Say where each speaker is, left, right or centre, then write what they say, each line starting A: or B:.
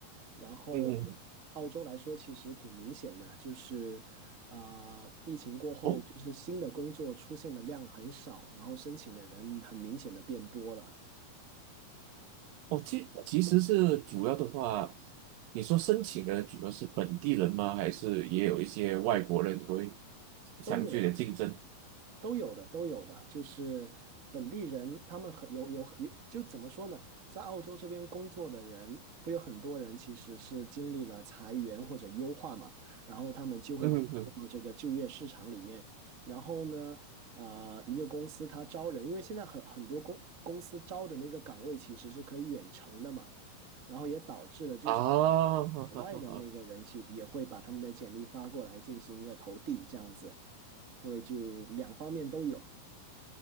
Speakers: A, on the right (about 55°); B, on the right (about 80°).
A: 然后
B: 嗯嗯。
A: 澳洲来说，其实挺明显的，就是啊、疫情过后，
B: 哦
A: 就是新的工作出现的量很少，然后申请的人很明显的变多了，
B: 哦，其其实是主要的话，你说申请的主要是本地人吗？还是也有一些外国人会相对的竞争？
A: 都有。都有的，都有的，就是本地人，他们很有有有，就怎么说呢，在澳洲这边工作的人，会有很多人其实是经历了裁员或者优化嘛，然后他们就会进入到这个就业市场里面，
B: 嗯嗯嗯。
A: 然后呢，呃，一个公司它招人，因为现在很很多公公司招的那个岗位其实是可以远程的嘛，然后也导致了就是
B: 啊，好好好好。
A: 海外的那个人去也会把他们的简历发过来进行一个投递这样子，所以就两方面都有。